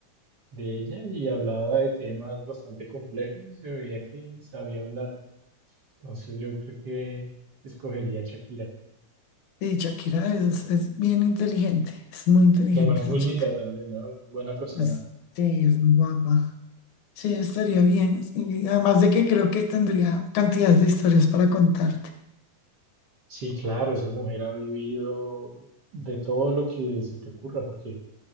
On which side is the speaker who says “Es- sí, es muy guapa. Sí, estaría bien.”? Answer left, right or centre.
Left